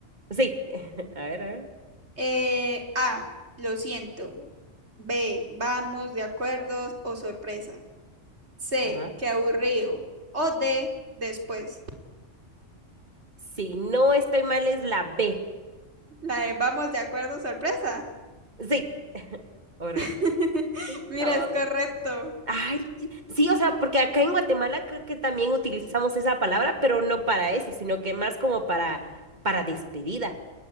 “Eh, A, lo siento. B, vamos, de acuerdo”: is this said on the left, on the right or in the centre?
Right